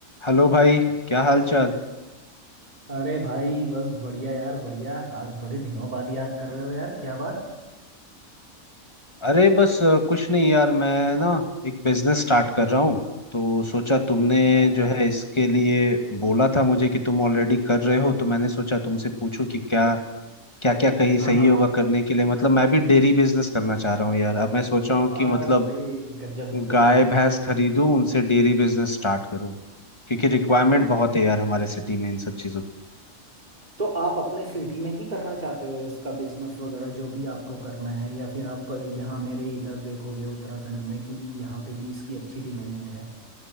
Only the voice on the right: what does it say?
अरे भाई बस बढ़िया यार बढ़िया आज बड़े दिनों बाद याद कर रहे हो यार क्या बात
अच्छा
हाँ हाँ
हाँ
अरे
गजब
गजब
तो आप अपने सिटी में ही करना चाहते हो इसका बिजनेस वगैरह जो भी आपको करना है या फिर आप यहाँ मेरे इधर देखोगे उत्तराखंड में क्योंकि यहाँ पे भी इसकी अच्छी डिमांड है